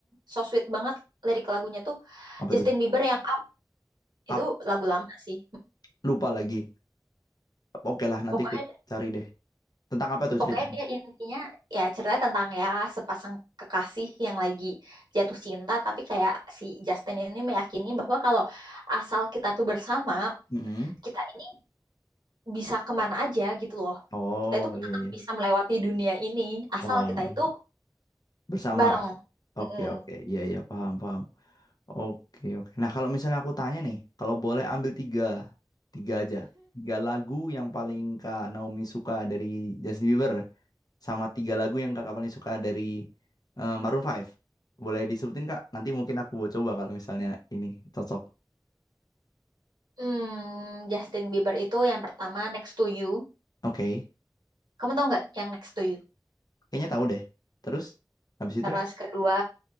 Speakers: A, on the right (about 60°); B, on the left (about 50°).
A: so sweet banget lirik lagunya tuh
B: Apa
A: Justin
B: tuh?
A: Bieber yang Up.
B: Ap-
A: Itu lagu lama sih.
B: lupa lagi. Oke lah, nanti
A: Pokoknya
B: aku cari deh. Tentang apa tuh
A: pokoknya
B: ceritanya?
A: dia intinya ya ceritanya tentang ya sepasang kekasih yang lagi jatuh cinta tapi kayak si Justin ini meyakini bahwa kalau asal kita tuh bersama,
B: Mm-mm.
A: kita ini bisa kemana aja gitu loh.
B: Oh,
A: Kita itu
B: iya
A: tetap
B: iya.
A: bisa melewati dunia ini asal
B: Wah,
A: kita itu
B: bersama
A: bareng.
B: Oke,
A: Mm-mm.
B: oke. Iya, iya, paham, paham. Oke, oke. Nah, kalau misalnya aku tanya nih, kalau boleh ambil tiga, tiga aja. Tiga lagu yang paling Kak Naomi suka dari Justin Bieber, sama tiga lagu yang Kakak paling suka dari eh, Maroon Five, Boleh disebutin, Kak? Nanti mungkin aku mau coba kalau misalnya ini cocok.
A: Hmm, Justin Bieber itu yang pertama Next to You.
B: Oke,
A: Kamu tahu nggak yang Next to You?
B: Kayaknya tahu deh. Terus, habis itu?
A: Terus kedua